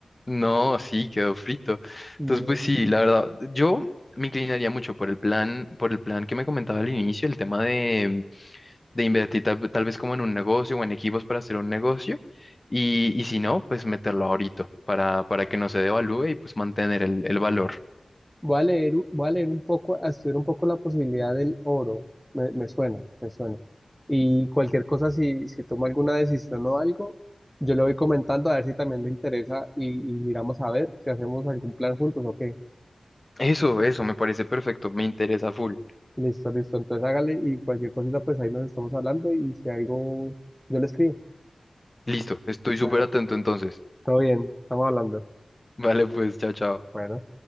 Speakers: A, on the left; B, in the centre.
A: No, sí, quedó frito.
B: No.
A: Entonces, pues sí, la verdad, yo me inclinaría mucho por el plan, por el plan que me comentaba al inicio, el tema de de invertir tal, tal vez como en un negocio o en equipos para hacer un negocio y, y si no, pues meterlo ahorita para, para que no se devalúe y pues mantener el, el valor.
B: Voy a leer, u- voy a leer un poco, a estudiar un poco la posibilidad del oro. Me, me suena, me suena. Y cualquier cosa, si, si tomo alguna decisión o algo, yo le voy comentando a ver si también le interesa y, y miramos a ver si hacemos algún plan juntos o qué.
A: Eso, eso me parece perfecto, me interesa full.
B: Listo, listo. Entonces hágale y cualquier cosita, pues ahí nos estamos hablando y si algo, yo le escribo.
A: Listo, estoy
B: Bueno,
A: súper atento entonces.
B: todo bien, estamos hablando.
A: Vale, pues, chao, chao.
B: Bueno.